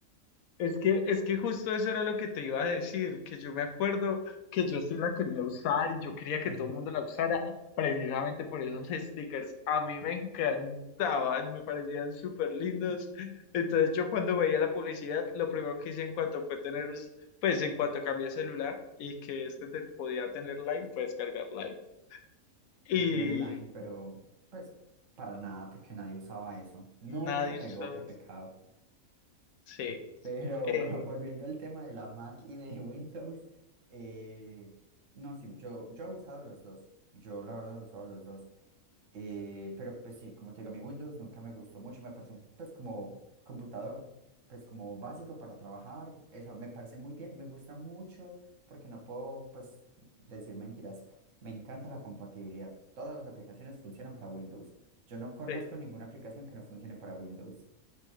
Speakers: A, on the left; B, on the right.
A: Es que, es que justo eso era lo que te iba a decir, que yo me acuerdo que yo sí la quería usar y yo quería que
B: <laughs>
A: todo el mundo la usara precisamente por esos stickers. A mí me encantaban, me parecían súper lindos. Entonces yo cuando veía la publicidad, lo primero que hice en cuanto fue tener, un- pues en cuanto cambié de celular y que este te- podía tener Line, fue descargar Line. Y
B: Yo tuve Line, pero pues para nada, porque nadie usaba eso. Nunca
A: nadie
B: pegó,
A: usaba.
B: qué pecado.
A: Sí,
B: Pero
A: eh,
B: bueno, <laughs> volviendo al tema de la Mac y de <laughs> Windows, eh, no, sí, yo, yo he usado los dos. Yo la verdad he usado los dos. Eh, pero pues sí, como te digo, mi Windows nunca me gustó mucho. Me parece un, pues como computador, pues como básico para trabajar. Eso me parece muy bien, me gusta mucho porque no puedo pues decir mentiras. Me encanta la compatibilidad. Todas las aplicaciones funcionan para Windows. Yo no conozco
A: sí,
B: ninguna aplicación que no funcione para Windows.